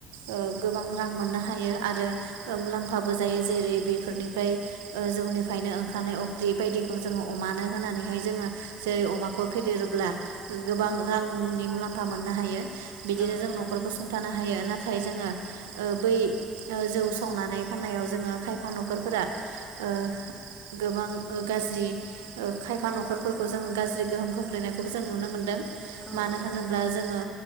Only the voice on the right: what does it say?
ओ गोबां रां मोननो हायो आरो मुलाम्फाबो जायो जेरै बेफोरनिफ्राय जौनिफ्रायनो ओंखारनाय अफ्रि बायदिखौ जोङो अमानो होनानैहाय जोङो जेरै अमाखौ फेदेरोब्ला गोबां
रांनि मुलामफा फा मोननो हायो। बिदिनो
जों
न'खरखौ सुंथानो हायो नाथाय नाथाय जोङो ओ बै जौ संनानै फाननायाव जोङो खायफा न'खरफोरा ओ गोबां गाज्रि ओ खायफा न'खरफोरखौ जोङो गाज्रि गोहोम खोख्लैनायखौबो जों नुनो मोनदों
मानो होनोब्ला जोङो